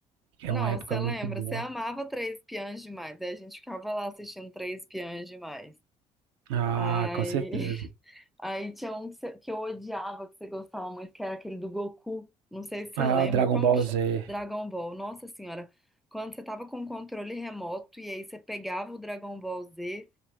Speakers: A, on the right; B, in the centre.
A: é
B: Não,
A: uma época
B: você
A: muito
B: lembra?
A: boa.
B: Você amava Três Espiãs Demais. Aí a gente ficava lá assistindo Três Espiãs Demais.
A: Ah,
B: Ai.
A: com certeza.
B: Aí tinha um que, você- que eu odiava, que você gostava muito, que era aquele do Goku. Não sei se você
A: Ah,
B: lembra.
A: o Dragon
B: Como
A: Ball
B: que chama?
A: Z.
B: Dragon Ball. Nossa Senhora. Quando você tava com o controle remoto e aí você pegava o Dragon Ball Z.